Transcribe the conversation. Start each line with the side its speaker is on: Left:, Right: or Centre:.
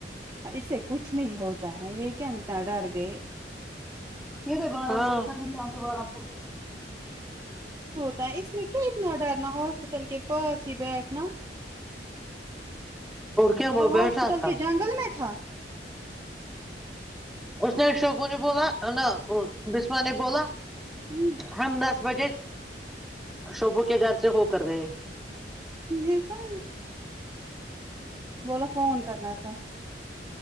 Right: اسے کچھ نہیں ہوتا ہے یہ کیا م نر کےے
Centre: یہ کو ب ج آپ
Right: تس اس میں کیا اتنا ڈرنا ہاسپٹل کے پاس بیھ نا
Centre: کیا وہ
Right: اور ہاسپٹل
Centre: بیٹھا تھا
Right: کے جنگل میں تھا
Centre: اس نے شوبو نے بولا نا بسما نے بولا
Right: ہوں
Centre: ہم دس بجے شبو کے گھر سے ہو کر گئے
Right: دے کا بولو فون کرنا تھا